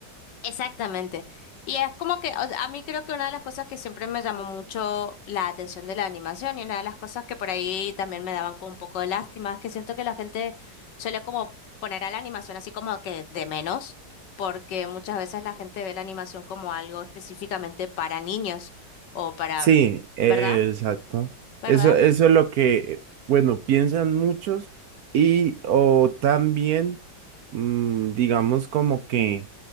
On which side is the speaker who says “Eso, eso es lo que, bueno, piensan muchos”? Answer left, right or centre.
Right